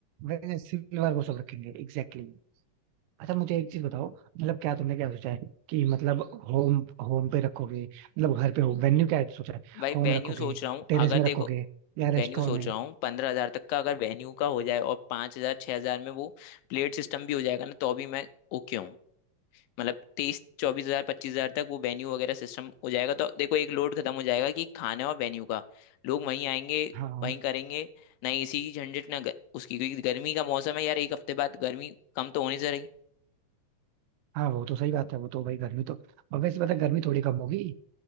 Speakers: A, on the right; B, on the left.
A: वैसे सिल्वर वो सब रखेंगे एग्जैक्टली अच्छा मुझे एक चीज बताओ मतलब क्या तुमने क्या सोचा है कि मतलब होम होम पे रखोगे मतलब घर पे हो वेन्यू क्या सोचा है
B: भाई
A: होम
B: वेन्यू
A: रखोगे
B: सोच रहा हूँ
A: टेरेस
B: अगर
A: में
B: देखो
A: रखोगे या
B: वेन्यू
A: रेस्टोरेंट
B: सोच
A: में
B: रहा हूँ पंद्रह हजार तक का अगर वेन्यू का हो जाए और पाँच हजार छह हजार में वो प्लेट सिस्टम भी हो जाएगा ना तो भी मैं ओके हूँ मतलब तेईस चौबीस हजार पच्चीस हजार तक वो वेन्यू वगैरह सिस्टम हो जाएगा तो देखो एक लोड खत्म हो जाएगा कि खाने और वेन्यू का लोग वहीं आएंगे
A: हाँ हाँ।
B: वहीं करेंगे ना एसी की झंझट ना ग- उसकी क्योंकि गर्मी का मौसम है यार एक हफ्ते बाद गर्मी कम तो होने से रही।
A: हाँ वो तो सही बात है वो तो भाई गर्मी तो और वैसे पता है, गर्मी थोड़ी कम होगी